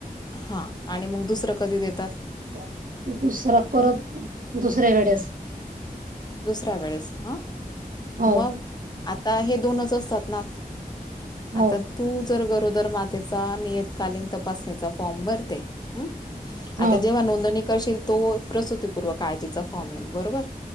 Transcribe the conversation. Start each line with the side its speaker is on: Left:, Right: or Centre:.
Left: हा आणि मग दुसरं कधी देतात?
Right: <unintelligible> दुसर परत दुसऱ्यावेडेस.
Left: दुसऱ्या वेळेस हं,
Right: हो,
Left: मग आता हे दोनच असतात ना.
Right: हो,
Left: आता तू जर गरोदर मातेचा नियतकालीन तपासणीचा फॉर्म भरते. हम्म,
Right: हो,
Left: आता जेव्हा नोंदणी करशील तो प्रसुतीपूर्व काळजीचा फॉर्म येईल. बरोबर?